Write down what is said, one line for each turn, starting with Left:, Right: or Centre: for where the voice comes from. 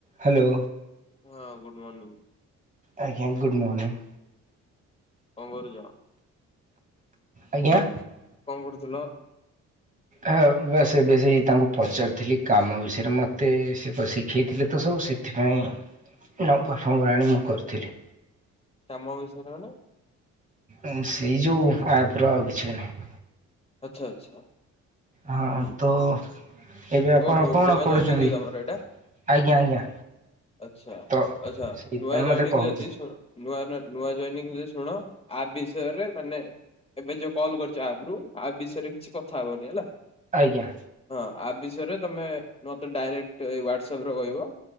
Right: ହାଲୋ।
Left: ହଁ ଗୁଡ଼୍ ମର୍ନିଂ।
Right: ଆଜ୍ଞା ଗୁଡ଼୍ ମର୍ନିଙ୍ଗଂ।
Left: କଁ କରୁଚ?
Right: ଆଜ୍ଞା?
Left: କଁ କରୁଥିଲ?
Right: ଆ ସେ ବେସି ବେଶୀ ତାଙ୍କୁ ପଚାରୁଥିଲି କାମ ବିଷୟରେ ମୋତେ ସିଏପା ଶିଖେଇଥିଲେତ ସବୁ ସେ ସେଥିପାଇଁ ନମ୍ବରଫମ୍ବର ଆଣି ମୁଁ କରିଥିଲି।
Left: କାମ ବିଷୟରେ ମାନେ?
Right: ଉଁ ସେଇ ଯୋଉ ଆପର ଆଉ କିଛିବି ନାହିଁ।
Left: ଆଚ୍ଛା ଆଚ୍ଛା।
Right: ଆଁ
Left: ହୁଁ
Right: ହଁ ତୁ ଏବେ ଆପଣ
Left: ନୁ
Right: କଣ
Left: ନୂଆ
Right: ପଢ଼ୁଚନ୍ତି
Left: ଜଏନିଂ କି ତମର ଏଇଟା
Right: ଆଜ୍ଞା ଆଜ୍ଞା।
Left: ଆଚ୍ଛା
Right: ତ
Left: ଆଚ୍ଛା
Right: ସେଇଥିପାଇଁ
Left: ନୂଆ ଜଏନିଂ
Right: ମତେ କହୁଥିଲି
Left: ଯଦି ଶୁଣ ନୂଆ ନୂଆ ନୂଆ ଜଅନିଂ ଯୋଦି ଶୁଣ ଆପ୍ ବିଷୟରେ ମାନେ ଏବେ ଯୋଉ କଲ୍ କରିଚ ଆପରୁ ଆବିଷୟରେ କିଛି କଥା ହବନି ହେଲା।
Right: ଆଜ୍ଞା।
Left: ହଁ ଆପ୍ ବିଷୟରେ ତମେ ମତେ ଡାଇରେକ୍ଟ ହ୍ଵାଟସାପରେ କହିବ।